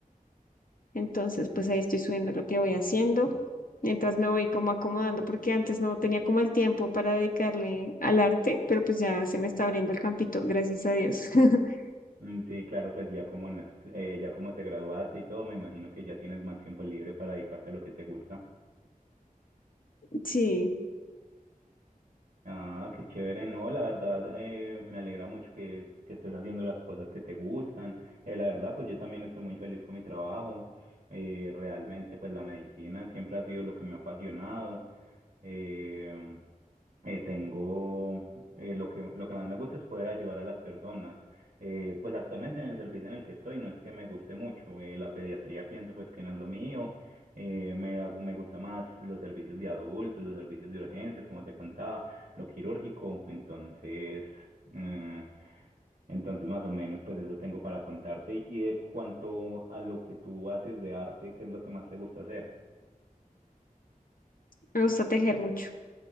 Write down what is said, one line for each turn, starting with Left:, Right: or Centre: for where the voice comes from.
Left: Entonces, pues
Right: Mm,
Left: ahí estoy subiendo lo que voy haciendo,
Right: mm,
Left: mientras me voy como acomodando, porque antes no tenía como el tiempo para dedicarle al arte, pero pues ya se me está abriendo el campito, gracias a Dios. <laughs>
Right: mm, Sí, claro, pues ya como en este- eh, ya como te graduaste y todo, me imagino que ya tienes más tiempo libre para dedicarte a lo que te gusta.
Left: Sí,
Right: Ah, qué chévere. No, la verdad, eh, me alegra mucho que, que estés haciendo las cosas que te gustan. Eh, la verdad, pues yo también estoy muy feliz con mi trabajo. Eh, realmente, pues la medicina siempre ha sido lo que me ha apasionado. Eh, eh, tengo eh, lo que lo que más me gusta es poder ayudar a las personas. Eh, pues actualmente en el servicio en el que estoy no es que me guste mucho, eh, la pediatría pienso pues que no es lo mío, eh, me, hago- me gusta más los servicios de adultos, los servicios de urgencias, como te contaba, lo quirúrgico, entonces, eh, entonces más o menos pues eso tengo para contarte y, y de cuanto a lo que tú haces de arte, ¿qué es lo que más te gusta hacer?
Left: me gusta tejer mucho.